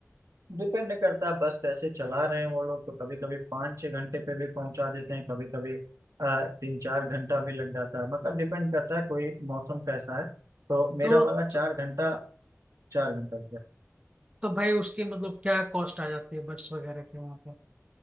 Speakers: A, on the right; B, on the right.
A: डिपेंड करता है बस कैसे चला रहे हैं वो लोग तो कभी कभी पाँच छः घंटे पे भी पहुंचा देते हैं कभी कभी अ, तीन चार घंटा भी लग जाता है मतलब डिपेंड करता है कोई मौसम कैसा है तो मेरा
B: तो,
A: वाला चार
B: तो
A: घंटा चार घंटा गया
B: तो भाई उसकी मतलब क्या कॉस्ट आ जाती है बस वगैरह की वहां पे